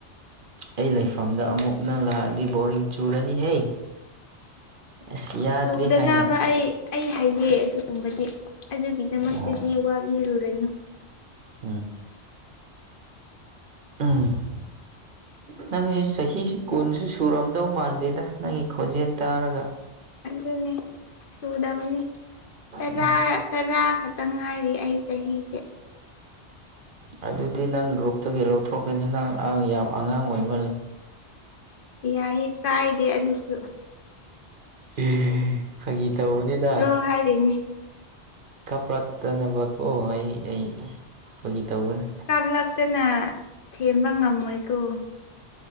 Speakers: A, on the right; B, on the left.
A: ꯑꯩ ꯂꯩꯐꯝꯗ ꯑꯃꯨꯛꯅ ꯂꯥꯛꯑꯗꯤ ꯕꯣꯔꯤꯡ ꯆꯨꯔꯅꯤ ꯍꯦ ꯑꯁ ꯌꯥꯗꯦ
B: ꯆꯨꯗꯅꯕ
A: ꯍꯥꯏꯅ
B: ꯑꯩ ꯑꯩ ꯍꯥꯏꯌꯦ ꯑꯗꯨꯒꯨꯝꯕꯗꯤ ꯑꯗꯨꯒꯤꯗꯃꯛꯇꯗꯤ
A: ꯑꯣ
B: ꯋꯥꯕꯤꯔꯨꯔꯅꯨ
A: ꯎ ꯎꯝ ꯅꯪꯁꯦ ꯆꯍꯤꯁꯤ ꯀꯨꯟꯁꯨ ꯁꯨꯔꯝꯗꯧ ꯃꯥꯟꯗꯦꯗ ꯅꯪꯒꯤ ꯈꯣꯟꯖꯦꯜ ꯇꯥꯔꯒ
B: ꯑꯗꯨꯅꯤ ꯁꯨꯗꯕꯅꯤ ꯇꯔ
A: ꯎꯝ
B: ꯇꯔꯥ ꯈ ꯈꯤꯇꯪ ꯉꯥꯏꯔꯤ ꯑꯩ ꯆꯍꯤꯁꯦ
A: ꯎ ꯑꯗꯨꯗꯤ ꯅꯪ ꯒ꯭ꯔꯨꯞꯇꯒꯤ ꯂꯧꯊꯣꯛꯀꯅꯤ ꯅꯪ ꯌꯥꯝ ꯑꯉꯥꯡ ꯑꯣꯏꯃ ꯂꯩ
B: ꯌꯥꯏꯌꯦ ꯀꯥꯏꯗꯦ ꯑꯗꯨꯁꯨ
A: ꯑꯦ ꯐ ꯒꯤ ꯇ ꯑꯣꯅꯤꯗ
B: ꯍꯥꯔꯤꯅꯤ
A: ꯀꯥꯞꯂꯛꯇꯅꯕꯀꯣ ꯑꯩ ꯑꯩ ꯀꯣꯏꯒꯤ ꯇꯧꯕꯅ
B: ꯀꯥꯞꯂꯛꯇꯅ ꯊꯦꯝꯕ ꯉꯝꯃꯣꯏꯀꯣ